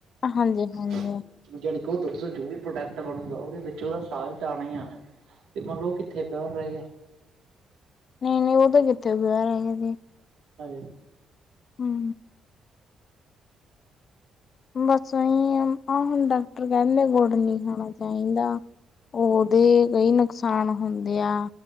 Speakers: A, on the left; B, on the right.
A: ਹਾਂਜੀ-ਹਾਂਜੀ,
B: ਕਿ ਜਿਹੜਾ ਦੁੱਧ ਦਾ ਜੋ ਵੀ ਪ੍ਰੋਡਕਟ ਬਣੂਗਾ ਉਹਦੇ ਵਿੱਚ ਉਹਦਾ ਸਾਲਟ ਆਉਣਾ ਹੀ ਆਣਾ ਤੇ ਮੰਨ ਲੋ ਕਿੱਥੇ ਪਿਓਰ ਰਹਿ ਗਿਆ
A: ਨਈ ਨਈ ਉਹ ਤਾਂ ਕਿੱਥੇ ਪਿਓਰ ਰਹਿ ਜਾਂਦਾ
B: ਹਾਂਜੀ
A: ਹੂੰ ਬਸ ਅਹੀ ਆਹ ਹੁਣ ਡਾਕਟਰ ਕਹਿੰਦੇ ਗੁੜ ਨਹੀਂ ਖਾਣਾ ਚਾਹੀਦਾ ਉਹ ਦੇ ਕਈ ਨੁਕਸਾਨ ਹੁੰਦੇ ਆ